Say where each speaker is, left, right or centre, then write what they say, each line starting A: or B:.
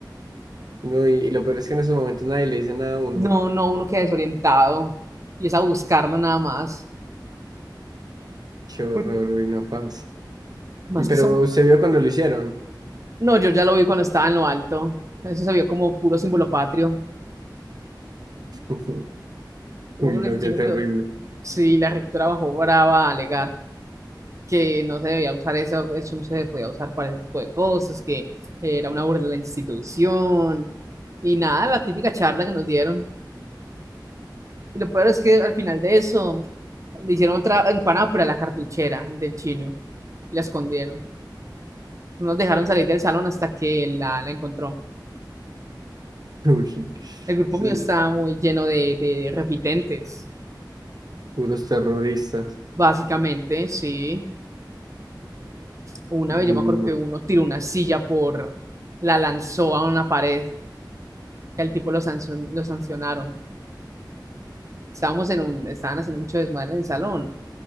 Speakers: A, on the right; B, on the right.
A: no, y, y lo peor es que en esos momentos nadie le dice nada a uno.
B: No, no, uno queda desorientado. Y es a buscarlo nada más.
A: Qué horror,
B: Uy,
A: uy, no, parce.
B: Más
A: Y pero
B: que son...
A: se vio cuando lo hicieron.
B: No, yo ya lo vi cuando estaba en lo alto. Eso se vio como puro símbolo patrio.
A: <laughs>
B: Yo
A: Uy,
B: me acuerdo que
A: no,
B: el chino
A: qué terrible.
B: quedó... Sí, la rectora bajó brava a alegar que no se debía usar eso, eso no se podía usar para ese tipo de cosas, que era una burla de la institución. Y nada, la típica charla que nos dieron. Y lo peor es que al final de eso le hicieron otra empanada, pero a la cartuchera del chino. La escondieron. No nos dejaron salir del salón hasta que la, la encontró.
A: <laughs> Uy,
B: El grupo
A: sí,
B: mío estaba muy lleno de, de repitentes,
A: puros terroristas.
B: básicamente, sí. Una
A: Uy,
B: vez yo me acuerdo que
A: no.
B: uno tiró una silla por, la lanzó a una pared. El tipo lo, sancion- lo sancionaron. Estábamos en un, estaban haciendo mucho desmadre en el salón.